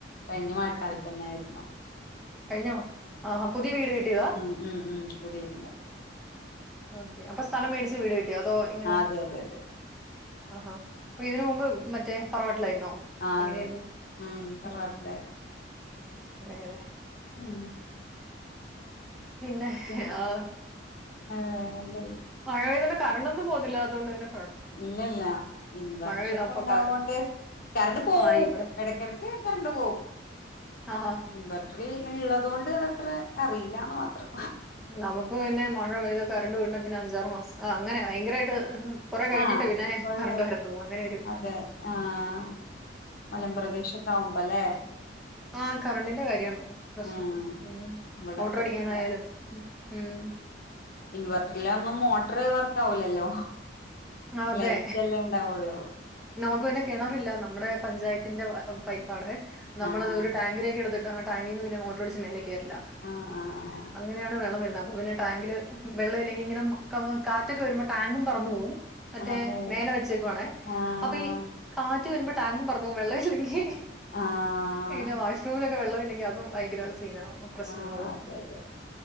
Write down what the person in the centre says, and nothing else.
കഴിഞ്ഞോ ആഹാ പുതിയ വീട് കിട്ടിയതാ.
ഓക്കെ. അപ്പൊ സ്ഥലം മേടിച്ച് വീട് വെക്കു അതോ ഇങ്ങനെ
ആഹാ അപ്പൊ ഇതിന് മുമ്പ് മറ്റേ തറവാട്ടിലായിരുന്നോ
എങ്ങനെയായിരുന്നുഉം
ഉം അങ്ങനെയല്ലേ?
പിന്നെ
ആഹ്
മഴ ആയോണ്ട് കരണ്ടന്നും പോകത്തില്ല അതുകൊണ്ട് പിന്നേ
പെയ്താ
അപ്പൊ
ക
ആ ഇവിടെ
ആഹാ
നമുക്ക് പിന്നെ മഴ പെയ്ത് കറണ്ട് പോയിട്ട്പിന്നെ അഞ്ചാറ് മാസം അങ്ങനെ ഭയങ്കരായിട്ട് കൊറെ കഴിഞ്ഞിട്ട്
പിന്നെ
കറണ്ട് വരത്തുള്ളൂ അങ്ങനെയൊരു
ആഹ് കറണ്ടിന്റെ കാര്യാണ് പ്രശ്നം
ഉം
മോട്ടോർ
അടിക്കാനായാലും ഉം
അതെ
നമുക്ക് പിന്നെ കിണറില്ല നമ്മുടെ പഞ്ചായത്തിന്റെ പൈ പ്പാണേ നമ്മളത്
ഒരു ടാങ്കിലേക്ക് എടുത്തിട്ട് ആ ടാങ്കിൽ നിന്ന്പിന്നെ മോട്ട റടിച്ച് മേലെ കേറില്ല
അങ്ങനെയാണ് വെള്ളം വരുന്നത് അപ്പൊ പിന്നെ ടാങ്കില് വെള്ളം ഇല്ലെങ്കി ഇങ്ങനെ കാറ്റൊക്കെ വരുമ്പോ ടാങ്കും പറന്ന് പോവും മറ്റേ
മേലെ വെച്ചേക്കുവാണേ
അപ്പൊ ഈ കാറ്റ് വരുമ്പോ ടാങ്കും പറന്ന് പോവും വെള്ളം ഇല്ലെങ്കി
പിന്നെ വാഷ്റൂമിലെ വെള്ളം ഇല്ലെങ്കി അതും ഭയങ്കര സീനാകും പ്രശ്നമാകും